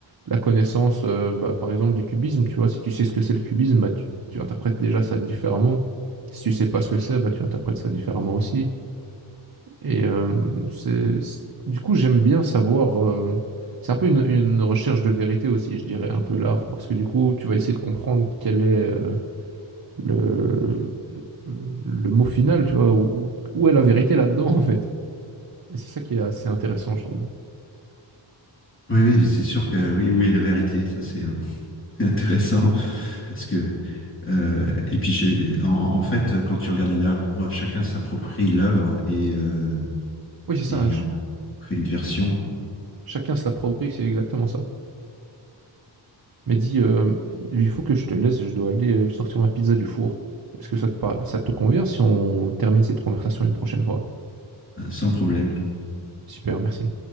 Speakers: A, on the right; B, on the left.
A: la connaissance, euh, bah, par exemple, du cubisme. Tu vois, si tu sais ce que c'est le cubisme, bah, tu, tu interprètes déjà ça différemment. Si tu sais pas ce que c'est, bah, tu interprètes ça différemment aussi. Et euh, c'est, c'est- du coup, j'aime bien savoir. euh, c'est un peu une, une recherche de vérité aussi, je dirais, un peu l'art, parce que du coup, tu vas essayer de comprendre quel est, euh, le, le le mot final, tu vois, où, où est la vérité là-dedans, en fait. Et c'est ça qui est assez intéressant, je trouve.
B: Oui, oui, c'est sûr que oui, où est la vérité? Ça, c'est euh, <laughs> intéressant parce que Euh, et puis, je- en, en fait, quand tu regardes une œuvre, chacun s'approprie l'œuvre et, euh,
A: Oui, c'est ça,
B: et
A: ch-
B: en fait une version, quoi,
A: chacun se l'approprie, c'est exactement ça. Mais dis, euh, il faut que je te laisse, je dois aller euh, sortir ma pizza du four. Est-ce que ça te, par- ça te convient si on termine cette conversation une prochaine fois?
B: hein, sans problème.
A: Super, merci.